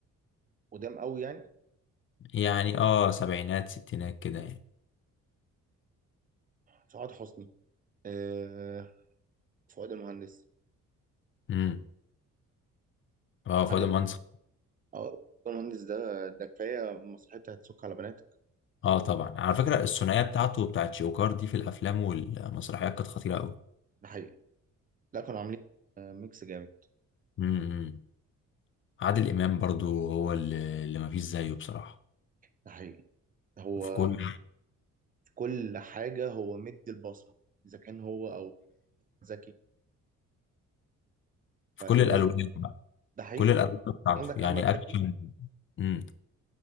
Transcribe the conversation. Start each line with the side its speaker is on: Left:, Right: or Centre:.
Right: قدام قوي يعني
Left: يعني اه سبعينات ستينات كده يعني
Right: سعاد حسني آه فؤاد المهندس
Left: امم اه فؤاد
Right: عادل
Left: منصف
Right: إمام. اه فؤاد المهندس ده ده كفايه المسرحيه بتاعت سك على بناتك
Left: اه طبعا على فكره الثنائيه بتاعته وبتاعت شوكار دي في الافلام والمسرحيات كانت خطيره قوي
Right: ده حقيقي لا كانوا عاملين آه، ميكس جامد
Left: امم عادل امام برضو هو اللي, اللي ما فيش زيه بصراحه
Right: ده حقيقي هو
Left: في كل
Right: في كل حاجه هو مدي البصمه اذا كان هو او زكي
Left: في
Right: فالناس
Left: كل الالوان بقى
Right: ده حقيقي
Left: كل الالوان بتاعته
Right: عندك
Left: يعني
Right: احمد زكي
Left: اكشن امم